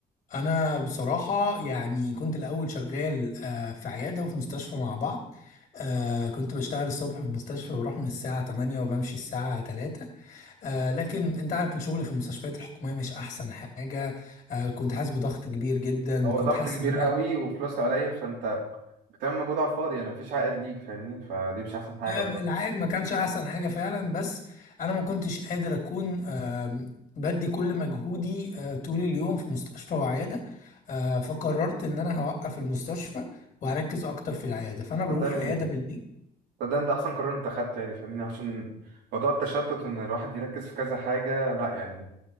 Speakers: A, on the left; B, on the right.
A: انا بصراحه يعني كنت الاول شغال آه، في عياده وفي مستشفى مع بعض آه، كنت بشتغل الصبح في المستشفى بروح من الساعه 8 وبمشي الساعه 3 آه، لكن انت عارف الشغل في المستشفيات الحكوميه مش احسن حاجه آه، كنت حاسس بضغط كبير جدا
B: هو
A: كنت
B: ضغط
A: حاسس
B: كبير
A: ان انا
B: قوي وفلوس قليل فانت بتعمل مجهود على الفاضي يعني مفيش عائد ليك فاهمني فدي مش احسن حاجه
A: أم،
B: بصراحه
A: العائد ما كانش احسن حاجه فعلا بس انا ما كنتش قادر اكون أم، بدي كل مجهودي أه، طول اليوم في مستشفى وعياده أه، فقررت ان انا هوقف المستشفى وهركز اكتر في العياده فانا بروح
B: صدقني
A: عياده بالليل
B: صدقني ده احسن قرار انت اخدته يعني فاهمني عشان موضوع التشتت وان الواحد يركز في كذا حاجه لا يعني